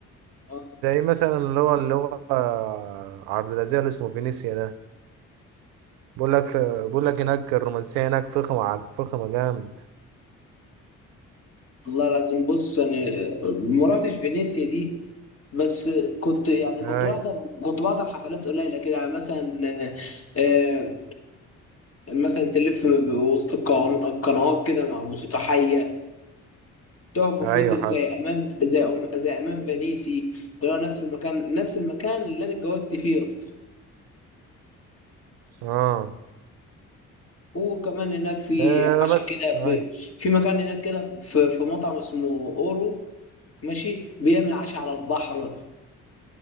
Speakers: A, on the left (about 35°); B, on the right (about 70°).
A: آه،
B: زي مثلا اللي هو اللي هو آه، عرض الأزياء اللي اسمه فينيسيا ده بقول لك في بقول لك هناك الرومانسية هناك فخمة على فخمة جامد
A: والله لازم بص انا ما رحتش فينيسيا دي بس كنت يعني كنت
B: أيوة
A: بحضر كنت بحضر حفلات قليله كده يعني مثلا آه، آه، مثلا تلف وسط القن- القنوات كده مع موسيقى حيه تقف في
B: أيوة
A: فندق
B: حاسس
A: زي امام زي أم... زي امام فينيسي اللي هو نفس المكان نفس المكان اللي انا اتجوزت فيه يا اسطى
B: آه
A: وكمان هناك في
B: آه،
A: عشاء
B: بس
A: كده ب...
B: أيوة
A: في مكان هناك كده في... في مطعم اسمه اورو ماشي بيعمل عشاء على البحر